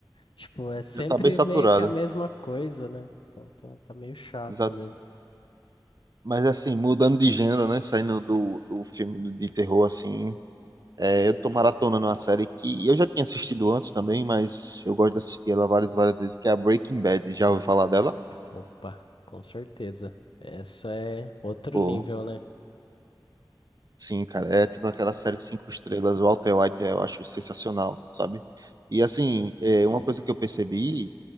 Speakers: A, on the left (about 80°); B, on the right (about 50°).
A: Tipo, é sempre
B: Já tá bem saturada.
A: meio que a mesma coisa, né? Então tá, tá meio chato
B: Exato.
A: mesmo.
B: Mas assim, mudando de gênero, né? Saindo do, do filme do- de terror, assim. É, eu tô maratonando uma série que eu já tinha assistido antes também, mas eu gosto de assistir ela várias, várias vezes, que é a Breaking Bad. Já ouviu falar dela?
A: Opa, com certeza. Essa é outro
B: Pô,
A: nível, né?
B: sim, cara. É tipo aquela série de cinco estrelas. O Walter White eu acho sensacional, sabe? E assim, é,
A: Sim,
B: uma coisa que eu percebi